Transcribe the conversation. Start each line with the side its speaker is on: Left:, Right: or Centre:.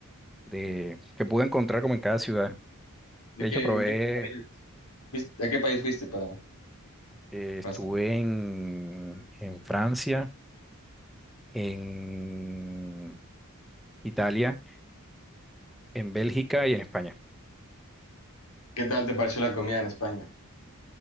Centre: de- que pude encontrar como en cada ciudad.
Left: ¿De
Centre: De
Left: qué,
Centre: hecho, probé,
Left: en qué país fuiste, a qué país fuiste para,
Centre: eh,
Left: para
Centre: estuve
Left: saber?
Centre: en, en Francia, en Italia, en Bélgica y en España.
Left: ¿Qué tal te pareció la comida en España?